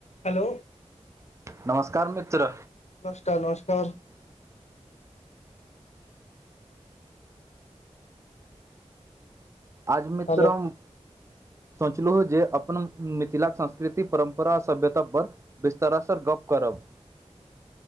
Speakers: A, on the left; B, on the right.
A: Hello
B: नमस्कार मित्र
A: नमस्कार नमस्कार
B: आज मित्रोम
A: हेलो
B: सोचलहुँ जे अपन मिथिलाके संस्कृति परम्परा आ सभ्यता पर बिस्तर सर गप करब